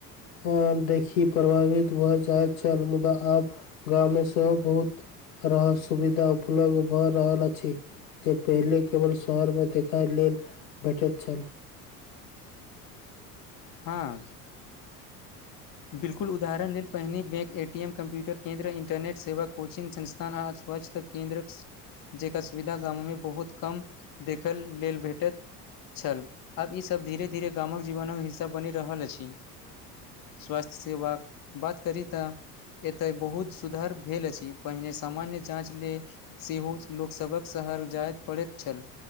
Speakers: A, on the left (about 65°); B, on the left (about 45°).
A: अ देखि प्रभावित भऽ जाइत छल मुदा आब गांव मे सब बहुत रहस सुविधा उपलब्ध भऽ रहल अछि जे पहिले केवल शहरमे देखै लेल भेटैत छल
B: हँ बिल्कुल उदाहरण लेल पहिने बैंक ए टीम कम्प्यूटर केन्द्रर इन्टरनेट सेवक कोचिंग संस्थान आ अस्वच्छ केन्द्र जेका सुविधा गाममे बहुत कम देखल लेल भेटैत छल आब ई सभ धीरे - धीरे गामक जीवनक हिस्सा बनी रहल अछि स्वास्थ्थ सेवाक बात करी तऽ एतैय बहुत सुधार भेल अछि पहिने सामान्य जाँच लेल सेहो लोक सभक शहर जाय पड़ैत छल